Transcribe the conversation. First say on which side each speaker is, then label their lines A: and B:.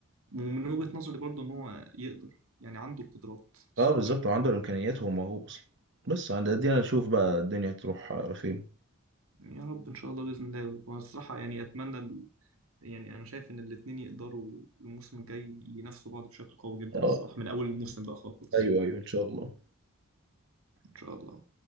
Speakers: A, on the right; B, on the right.
A: ومن وجهة نظري برضه إن هو يقدر يعني عنده القدرات الصراحة
B: اه بالظبط وعنده الامكانيات وهو موهوب اصلا بس عند دي انا اشوف بقى الدنيا هتروح على فين
A: يا رب إن شاء الله بإذن الله وأنا الصراحة يعني أتمنى ال- يعني أنا شايف إن الاتنين يقدروا الموسم الجاي ينافسوا بعض بشكل قوي جدا
B: اه
A: الصراحة من أول الموسم بقى خالص
B: ايوه ايوه ان شاء الله
A: إن شاء الله